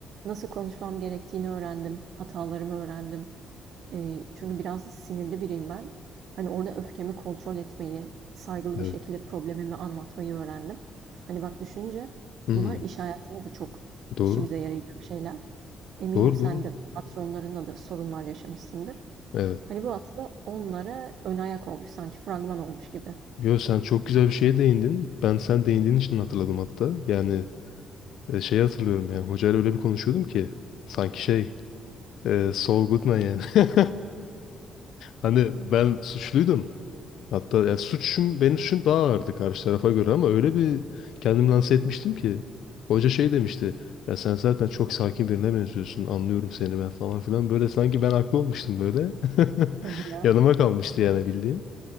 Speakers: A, on the right; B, on the left.
A: nasıl konuşmam gerektiğini öğrendim, hatalarımı öğrendim. Eee, çünkü biraz sinirli biriyim ben. Hani orada öfkemi kontrol etmeyi, saygılı
B: Evet.
A: bir şekilde problemimi anlatmayı öğrendim. Hani bak düşünce,
B: Hı.
A: bunlar iş hayatında da çok
B: Doğru.
A: işimize yarayacak şeyler. Eminim
B: Doğru
A: sen
B: doğru.
A: de patronlarınla da sorunlar yaşamışsındır.
B: Evet.
A: Hani bu aslında onlara ön ayak olmuş, sanki fragman olmuş gibi.
B: Yo sen çok güzel bir şeye değindin. Ben sen değindiğin için hatırladım hatta. Yani e, şeyi hatırlıyorum yani hocayla öyle bir konuşuyordum ki sanki şey e, Saul Goodman yani. <laughs> Hani ben suçluydum. Hatta yani suçum benim suçum daha ağırdı karşı tarafa göre ama öyle bir kendimi lanse etmiştim ki hoca şey demişti. Ya sen zaten çok sakin birine benziyorsun. Anlıyorum seni ben falan filan. Böyle sanki ben haklı olmuştum böyle. <laughs>
A: Hadi ya.
B: Yanıma kalmıştı yani bildiğin.